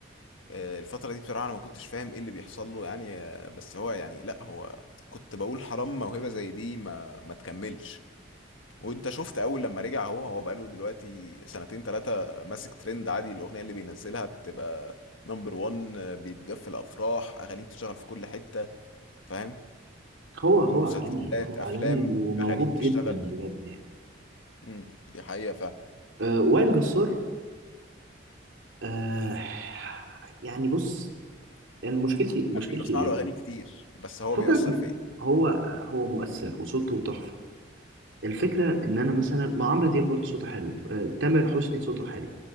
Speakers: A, on the left; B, on the right.
A: الفتره دي بصراحه انا ما كنتش فاهم ايه اللي بيحصل له يعني آه، بس هو يعني لا هو كنت بقول حرام موهبه زي دي ما ما تكملش وانت شفت اول لما رجع هو هو بقاله دلوقتي سنتين ثلاثه ماسك ترند عادي الاغنيه اللي بينزلها بتبقى نمبر 1 بيتجف الافراح اغانيه بتشتغل في كل حته فاهم
B: هو هو
A: مسلسلات
B: عالمي هو
A: افلام
B: عالمي وموهوب
A: اغانيه بتشتغل
B: جدا بجد يعني
A: امم دي حقيقه فعلا
B: آه وائل جسار آه يعني بص يعني مشكلتي مشكلتي
A: انا مش بسمع
B: ايه
A: له اغاني كتير بس هو
B: فكك
A: بيأثر
B: م-
A: فيا
B: هو هو مؤثر وصوته تحفة الفكرة ان انا مثلا مع عمرو دياب برضه صوته حلو آه تامر حسني صوته حلو